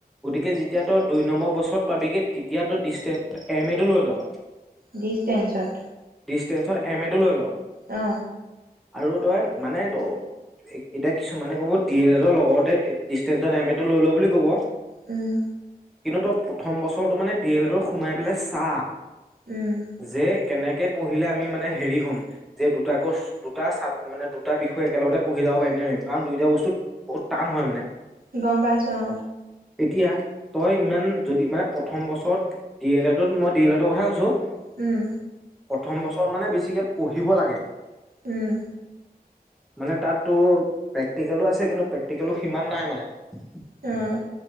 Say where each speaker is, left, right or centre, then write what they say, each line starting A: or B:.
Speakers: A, in the centre; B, on the right (about 65°).
A: গতিকে যেতিয়া তই দুই নম্বৰ বছৰত পাবিগে, তেতিয়া তই ডিচটেন্স এম এ টো লৈ ল।
B: ডিচটেন্সত।
A: ডিচটেন্সত এম এ টো লৈ ল।
B: অ।
A: আৰু তই মানে ত এতিয়া কিছুমানে ক'ব ডি এল এডৰ লগৰতে ডিচটেন্সত এম এ টো লৈ ল বুলি ক'ব।
B: উম।
A: কিন্তু তই প্ৰথম বছৰটো মানে ডি এল এডত সোমাই পেলাই চা
B: উম।
A: যে কেনেকে পঢ়িলে আমি মানে হেৰি হ'ম। যে দুটা ক্ৰচ, দুটা চা মানে দুটা বিষয় একেলগতে পঢ়ি যাব পাৰিম নে নোৱাৰি। কাৰণ দুইটা বস্তু বহুত টান হয় মানে।
B: গ'ম পাইছো অ
A: তেতিয়া তই ইমান যদি মানে প্ৰথম বছৰত ডি এল এডট, মই ডি এল এডৰ কথা কৈছোঁ।
B: উম।
A: প্ৰথম বছৰ মানে বেছিকে পঢ়িব লাগে।
B: উম।
A: মানে তাতো প্ৰেক্টিকেলো আছে, কিন্তু প্ৰেক্টিকেলো সিমান নাই মানে। নে
B: অ